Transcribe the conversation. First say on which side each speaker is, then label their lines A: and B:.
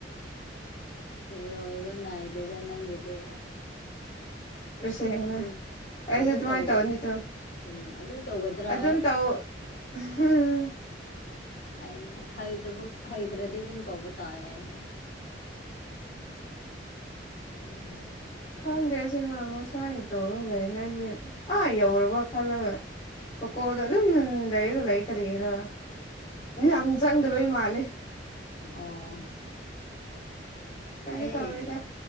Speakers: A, on the left; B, on the left.
A: ꯂꯣꯏꯕ ꯅꯥꯏꯗꯦꯗ ꯅꯪꯒꯤꯗꯤ
B: ꯂꯁꯦꯡꯕ
A: ꯑꯗꯨꯝ
B: ꯑꯩꯁꯨ
A: ꯑꯗꯨꯝ
B: ꯑꯗꯨꯃꯥꯏꯅ
A: ꯇꯧꯕ
B: ꯇꯧꯅꯤꯗꯣ
A: ꯎꯝ ꯑꯗꯨꯝ ꯇꯧꯒꯗ꯭ꯔꯥ
B: ꯑꯗꯨꯝ ꯇꯧ ꯎꯝ <inaudible> <unintelligible>
A: ꯑꯩꯅ ꯍꯩꯗ꯭ꯔꯗꯤ ꯑꯗꯨꯝ ꯇꯧꯕ ꯇꯥꯏꯅ ꯍꯥꯏ <unintelligible>
B: ꯈꯪꯗꯦ ꯁꯤꯃ ꯃꯣꯁꯥꯏꯅ ꯇꯧꯔꯒ ꯂꯩꯔꯅ ꯑꯩꯁ ꯑꯥ ꯌꯧꯔꯕ ꯈꯜꯂꯒ ꯃꯀꯣꯗ ꯑꯗꯨꯝ ꯂꯩꯔꯒ ꯂꯩ ꯀꯔꯤꯔ ꯏꯟꯁꯥꯡ ꯆꯪꯗꯕꯩ ꯃꯥꯜꯂꯦ
A: ꯑ
B: ꯀꯩꯝꯇ
A: ꯑꯩ
B: ꯇꯧꯔꯣꯏꯗ